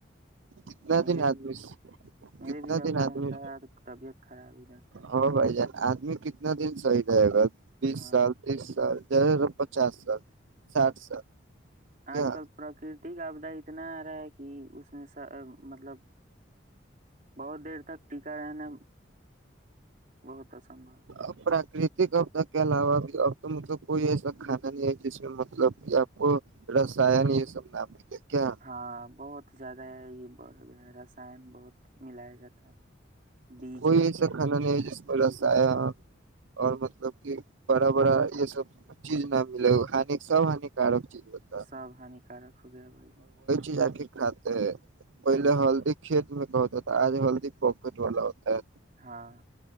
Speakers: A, on the right; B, on the right.
A: کتنا
B: میرے
A: دن
B: بھی
A: آدمی
B: میرے
A: کتنا
B: بھی ابو
A: دن
B: جان
A: آدمی
B: کا طبیعت خراب ہی رہتا
A: ہاں بھائی جان آدمی کتنا دن صحیح رہے گا
B: ہے
A: بیس
B: ہاں
A: سال تیس سال زیادہ سے پچاس سال ساٹھ سال کیا
B: اج کل پرکر تیک اپ دا اتنا ا رہا ہے کہ اس میں س مطلب بہت دیر تک ٹیکا رہنا بہت اسمبھو ہے
A: اب پراکرتک آدہ کے علاوہ بھی اب تو مطلب کوئی ایسا کھانا نہیں ہے جس میں مطلب کہ آپ کو رسیاں یہ سب نا ملے کیا
B: ہاں بہت زیادہ ہے یہ بڑھ گیا رسائن بہت ملایا جاتا ہے بیج
A: کوئی
B: میں
A: ایسا کھانا نہیں ہے جس میں اور مطلب کی بڑا بڑا یہ سب چیز نہ ملے ہ سب ہانیکارک چیز ہوتا
B: سب ہنی کارک ہوتا ہے بھائی جان
A: کیا کی کھاتے ہیں
B: تب
A: پہلے ہلدی کھیت میں کا ہوتا تھا آج ہلدی پواکٹ والا ہوتا ہے
B: ہاں